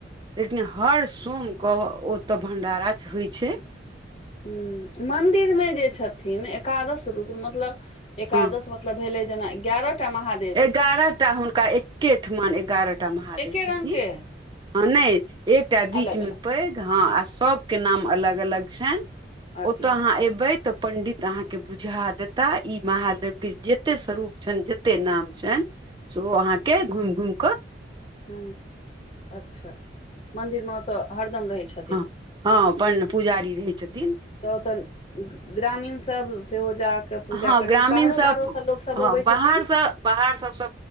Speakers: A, on the right; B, on the left.
A: लेकिन हर सोमके ओतऽ भंडारा होइ छै
B: हुं मंन्दिर में जे छथिन एकादश रुद्र मतलब एकादश
A: हँ
B: मतलब भेलै जेना एगारह टा महा
A: एगारह टा हुनका एके ठुना एगारह टा महादेव
B: एके रंग
A: छथिन
B: के
A: हं नै एकटा बीच
B: अलग
A: मे
B: अलग
A: पैघ हँ आ सबके नाम अलग अलग छैन
B: अच्छा
A: ओतय अहाँ एयबै तऽ पंडित त अहाँके बुझा देता ई महादेव के जते स्वरूप छन जते नाम छन सेहो अहाँके घुम घुम क
B: ह अच्छा मन्दिर मे ओतऽ हरदम रहै छै
A: हँ हँ अपन पुजारी रहै छथिन
B: त ओतऽ ग्रामीण सब सेहो जाक के पूजा
A: हँ
B: करए
A: ग्रामीण
B: बाहरो
A: सब
B: बाहरो सँ लोकसभ
A: हँ
B: अबै
A: बाहरसँ
B: छथिन
A: बाहर सभसे